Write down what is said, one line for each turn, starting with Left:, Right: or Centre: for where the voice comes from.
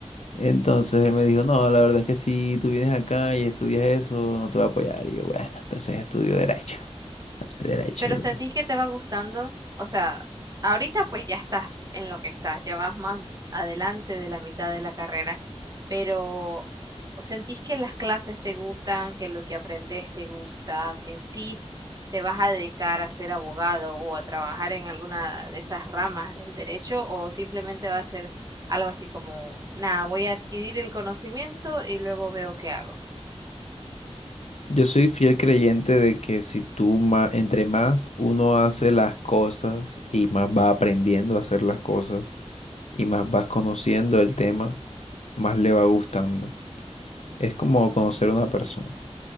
Left: Entonces él me dijo, no, la verdad es que si tú vienes acá y estudias eso, no te voy a apoyar. Y yo, bueno, entonces estudio derecho. Derecho.
Right: Pero
Left: lo que
Right: sentís
Left: tú-".
Right: que te va gustando, o sea, ahorita pues ya estás en lo que estás, ya vas más adelante de la mitad de la carrera, pero sentís que las clases te gustan, que lo que aprendes te gusta, que en sí te vas a dedicar a ser abogado o a trabajar en alguna de esas ramas del derecho o simplemente va a ser algo así como, nada, voy a adquirir el conocimiento y luego veo qué hago.
Left: Yo soy fiel creyente de que si tú más entre más uno hace las cosas y más va aprendiendo a hacer las cosas y más vas conociendo el tema, más le va gustando. Es como conocer a una persona.